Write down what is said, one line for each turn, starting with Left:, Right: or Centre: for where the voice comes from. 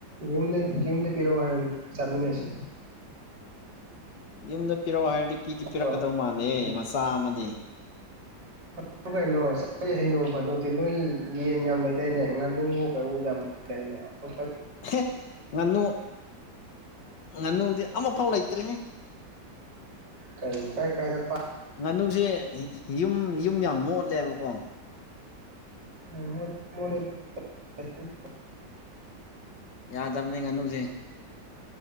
Right: ꯌꯨꯝꯗ ꯌꯨꯝꯗ ꯄꯤꯔꯛꯑꯣ ꯍꯥꯏꯌꯨꯅꯦ ꯆꯥꯃꯤꯟꯅꯁꯤ
Left: ꯌꯨꯝꯗ ꯄꯤꯔꯛꯑꯣ ꯍꯥꯏꯔꯗꯤ ꯄꯤꯗꯤ ꯄꯤꯔꯛꯀꯗꯧ
Right: ꯑꯣ
Left: ꯃꯥꯜꯂꯦꯍꯦ
Right: ꯎꯝ
Left: ꯃꯆꯥ ꯑꯃꯗꯤ
Right: <unintelligible> ꯀꯩꯅꯣ <unintelligible> ꯅꯣꯡ ꯐꯥꯗꯣꯛꯇꯤ ꯅꯣꯏꯒꯤ ꯌꯦꯟ ꯌꯥꯝ ꯂꯣꯏꯗꯅꯦ ꯉꯥꯅꯨꯋꯣ ꯀꯩꯋꯨ ꯌꯥꯝ <unintelligible>
Left: <unintelligible> ꯉꯥꯅꯨ ꯉꯥꯅꯨꯗꯤ ꯑꯃꯐꯥꯎ ꯂꯩꯇ꯭ꯔꯦꯍꯦ
Right: ꯀꯔꯤ ꯀꯔꯥꯏ ꯀꯔꯥꯏꯗ ꯄ
Left: ꯉꯥꯅꯨꯖꯦ ꯌꯨꯝ ꯌꯨꯝ ꯌꯥꯝ ꯃꯣꯠꯂꯦꯕꯀꯣ
Right: ꯑ ꯃꯣꯠ ꯃꯣꯠꯂꯤ <unintelligible>
Left: ꯌꯥꯗꯝꯅꯦ ꯉꯥꯅꯨꯖꯦ